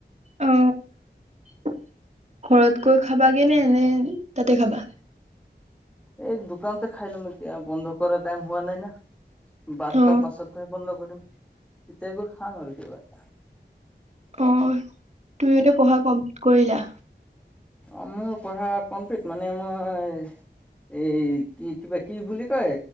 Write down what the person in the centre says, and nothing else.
এই দোকানতে খাই লম এতিয়া বন্ধ কৰা টাইম হোৱা নাই না। বাৰটাৰ
পাছতহে বন্ধ কৰিম তেতিয়া গৈ খাম আৰু কিবা এটা।
অ মোৰ পঢ়া কমপ্লিট মানে মই এই কি কিবা কি বুলি কয়